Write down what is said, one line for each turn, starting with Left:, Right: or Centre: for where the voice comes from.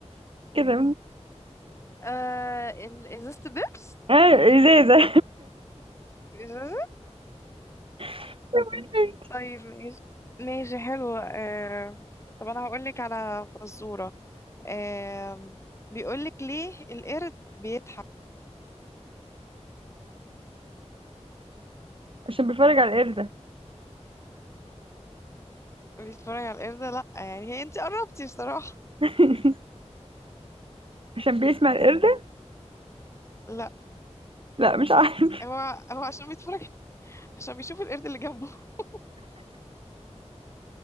Right: كده
Left: آه ال- ازازة بيبس
Right: اه ازازة
Left: إزازة
Right: <laughs>
Left: طيب ماشي ماشي حلو أه طب أنا هقولك على فزورة أه بيقولك ليه القرد بيضحك
Right: عشان بيتفرج على القردة
Left: بيتفرج على القردة لأ يعني هي أنت قربتي بصراحة
Right: <laughs> عشان بيسمع القردة
Left: لأ
Right: لا مش عارف
Left: هو هو عشان بيتفرج عشان بيشوف القرد اللي جنبه <laughs>